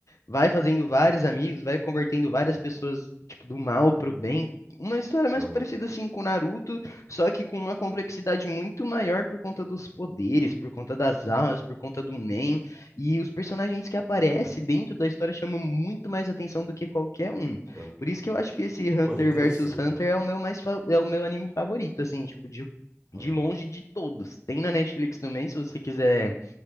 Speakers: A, on the left; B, on the right.
A: vai fazendo vários amigos, vai convertendo várias pessoas, tipo, do mal pro bem. Uma história mais
B: Aham.
A: parecida, assim, com Naruto Só que com uma complexidade muito maior por conta dos poderes, por conta das almas, por conta do Nen. E os personagens que aparecem dentro da história chamam muito mais atenção do que qualquer um.
B: é.
A: Por isso que eu acho que esse Hunter
B: Pô, interessante.
A: versus Hunter é o meu mais fa- é o meu anime favorito, assim, tipo, de, de
B: Aham.
A: longe de todos. Tem na Netflix também, se você quiser